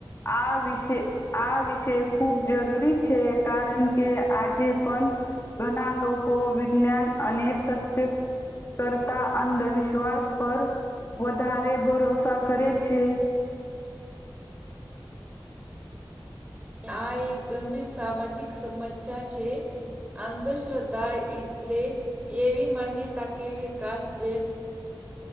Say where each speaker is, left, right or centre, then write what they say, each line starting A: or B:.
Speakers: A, on the left; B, on the right.
A: આ વિશે આ વિષય ખૂબ જરૂરી છે કારણ કે આજે પણ ઘણા લોકો વિજ્ઞાન અને સત્ય કરતા અંધવિશ્વાસ પર વધારે ભરોસા કરે છે.
B: આ એક ગંભીર સામાજિક સમસ્યા છે. અંધશ્રદ્ધા એટલે એૈવી માન્યતા કે વિકાસ જે